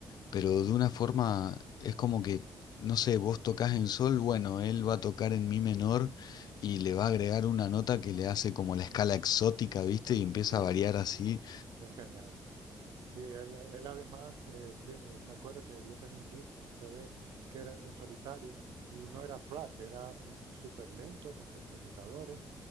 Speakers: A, on the left; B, on the right.
A: pero de una forma es como que, no sé, vos tocas en sol, bueno, él va a tocar en mi menor y le va a agregar una nota que le hace como la escala exótica, ¿viste? Y
B: Sí,
A: empieza a variar
B: sí,
A: así.
B: es genial. Sí, él, él además, eh, tie- me acuerdo que yo tenía un disco, un CD, que era el en solitario, y no era thrash, era un súper lento, con sintetizadores,